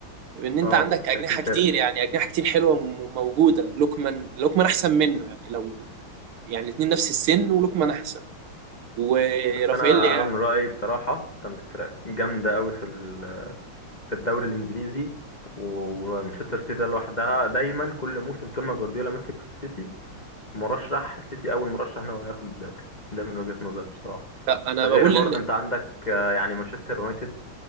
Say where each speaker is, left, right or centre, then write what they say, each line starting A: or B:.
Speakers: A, on the right; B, on the left.
A: ان انت
B: اه
A: عندك
B: مش
A: اجنحه
B: هيشيل فرق
A: كتير يعني اجنحه كتير حلوه م- موجوده لوكمان لوكمان احسن منه يعني لو يعني الاتنين نفس السن ولوكمان احسن ورافائيل
B: بس انا
A: لياو
B: انا من رايي بصراحه أنت عندك فرق جامده قوي في ال- في الدوري الانجليزي ومانشستر سيتي ده لوحدها دايما كل موسم طول ما جوارديولا مسك في السيتي مرشح السيتي اول مرشح ان هو ياخد الدوري ده من وجهه نظري بصراحه
A: لا انا
B: ده غير
A: بقول
B: برضه
A: ان
B: انت عندك آه، يعني مانشستر يونايتد